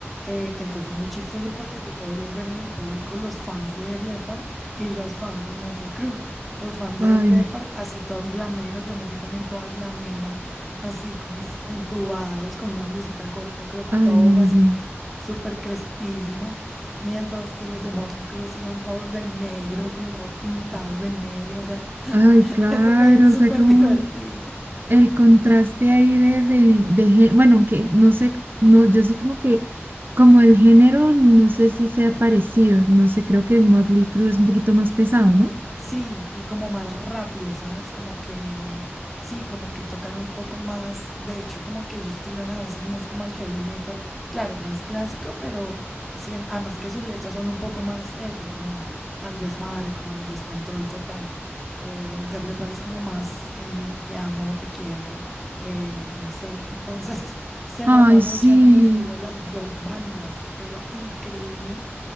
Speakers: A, in the centre; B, on the right.
A: Eh, entonces, muy chistoso porque tú podías ver en el público los fans de Def Leppard y los fans de Motley Crue. Los fans de
B: Ay,
A: Def Leppard, así todos glameros. Yo me fui también toda glamera, así con mis entubados, con una blusita corta, crop
B: ay,
A: top,
B: me imagino.
A: así súper crespísima. Mientras que los de Motley Crue sí iban todos de negro, con los ojos pintados de negro. O sea, <laughs>
B: Ay, claro,
A: eso fue súper
B: o sea, como
A: divertido.
B: el contraste ahí de, de, de, gé- bueno, aunque no sé, no, yo sí como que, como el género, no sé si sea parecido, no sé, creo que Motley Crue es un poquito más pesado, ¿no?
A: Sí, y como más rápido, ¿sabes? Como que, sí, como que tocan un poco más, de hecho, como que ellos tiran a veces más como al heavy metal, claro, más clásico, pero sí, en- además que sus letras son un poco más eso, como al desmadre, como al descontrol total. Eh, Def Leppard es como más, eh, te amo, te quiero, eh, no sé, entonces <laughs> se
B: Ay,
A: nota mucho
B: sí,
A: en el estilo de las dos bandas, pero increíble.